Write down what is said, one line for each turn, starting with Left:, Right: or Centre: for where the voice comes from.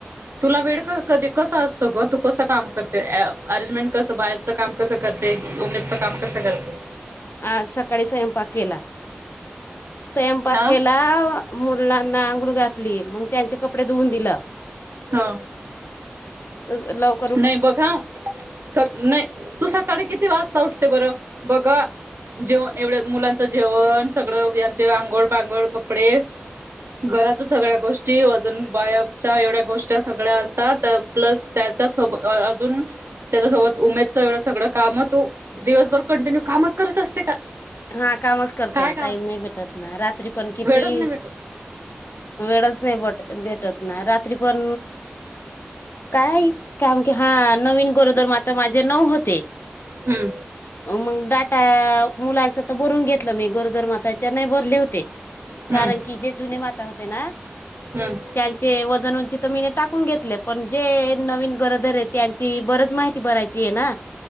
Right: तुला वेड क कधी कस असत ग, तू कसं काम करते आ आरेंजमेंट कसं बाहे च काम कसं करते, उमेदच काम कसं करते.
Left: आ सकाळी स्वयंपाक केला, स्यंपाक
Right: हा
Left: केला मुलांना आंगुळ घातली, मग त्यांचे कपडे धुवून दिलं
Right: हा!
Left: तस लव
Right: नही बघ हं सक नही तू सकाळी किती वाजता उठते बरं बघा. जेवण एवढं मुलांचं जेवण, सगळं यांचे आंघोळ पांगोळ कपडे. घराच सगळ्या गोष्टी, अजुन बायपच्या एवढ्या गोष्टी, सगळ्या असतात त प्लस त्यात. त्या सोब अ अ अजून. त्याच्यासोबत उमेदचं एवढं सगळं काम, तू दिवसभर कंटिन्यू कामच करत असते का?
Left: हा कामच करते
Right: काय
Left: ना
Right: का
Left: टाईम नाही भेटत ना, रात्री पण किती.
Right: वेळच नाही भेटत
Left: वेळच नाही बट भेटत ना रात्री पण. काय कामकी हा नवीन गोरोदर माता, माझे नऊ होते.
Right: हूं!
Left: मंग डाटा मुलांच तर बरून घेतलं मी गोरदर माताच्या नाही बरले होते.
Right: हम्म
Left: कारण की जे जुने माता होते ना.
Right: हूं!
Left: त्यांचे वजन उंची तर मीने टाकून घेतले, पण जे नवीन गरोदर ये त्यान ची बरच माहिती भरायची आहे ना